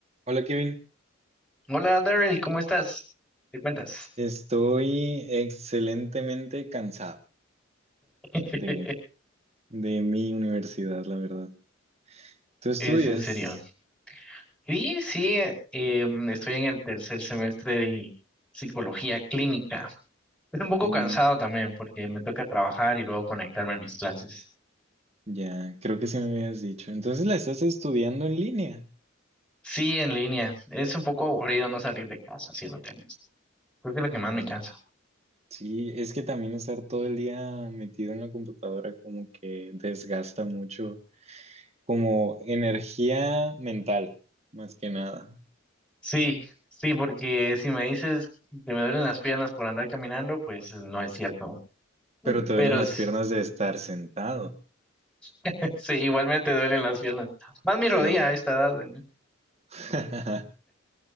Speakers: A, on the right; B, in the centre.
A: Hola Kevin,
B: Hola Daryl, ¿cómo estás? ¿Qué cuentas?
A: estoy excelentemente cansado
B: <laughs>
A: de, de mi universidad, la verdad. ¿Tú estudias?
B: Es en serio. Sí, sí, eh, estoy en el tercer semestre de psicología clínica. Es un poco
A: Mm,
B: cansado también porque me toca trabajar y luego conectarme a mis clases.
A: ya, creo que sí me habías dicho. Entonces la estás estudiando en línea.
B: Sí, en línea. Es un poco aburrido no salir de casa, si lo tengo. Creo que es lo que más me
A: Mm,
B: cansa.
A: sí, es que también estar todo el día metido en la computadora como que desgasta mucho, como energía mental, más que nada.
B: Sí, sí, porque si me dices que me duelen las piernas por andar caminando, pues no es cierto.
A: Pero te
B: Pero
A: duelen las
B: s-
A: piernas de estar sentado.
B: <laughs> sí, igualmente duelen las piernas. Más mi
A: Sí.
B: rodilla a esta edad, ¿no?
A: <laughs>